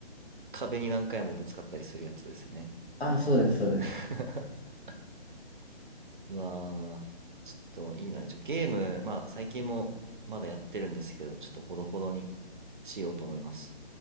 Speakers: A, on the right; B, on the left.
A: 壁に何回もぶつかったりするやつですよね。
B: あ、そうです、そうです。
A: <laughs> うわー、ちょっといいな。ちょ、ゲーム、まあ最近もまだやってるんですけど、ちょっとほどほどにしようと思います。